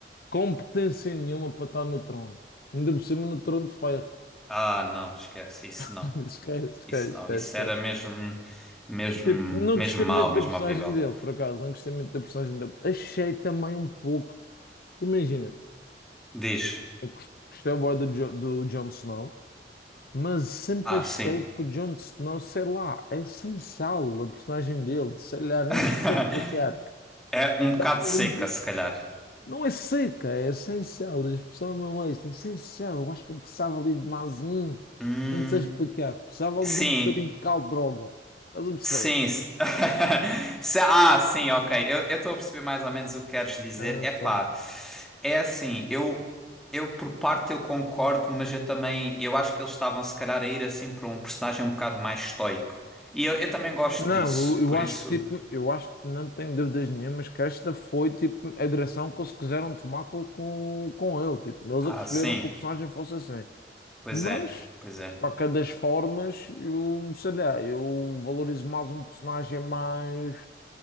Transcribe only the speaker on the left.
competência nenhuma para estar no trono. Ainda por cima no trono de ferro.
<laughs>
Esquece, esquece,
esquece,
esquece.
Tipo, não
gostei
muito
da personagem
dele, por acaso. Não gostei muito da personagem dele. Achei também um pouco. Imagina,
eu gost- gostei bué do, Jo- do Jon Snow, mas sempre
achei
que o Jon Snow, sei lá, é sem sal a personagem dele. Sei lá, não
te sei explicar.
Dava
ali.
Não é seca, é essencial. A expressão é mesmo esta, é essencial. Eu acho que eu precisava ali de mais um.
Não sei explicar. Precisava ali
de um bocadinho de caldo de rogo. Estás a perceber?
Ah,
Não sei.
Não,
eu,
eu acho
que tipo, eu acho que não tenho dúvidas nenhumas que esta foi tipo a direção que eles quiseram tomar com, com, com ele. Tipo, eles
é que escolheram
que o personagem fosse assim.
Mas,
para cada das formas, eu sei lá, eu valorizo mais um personagem mais.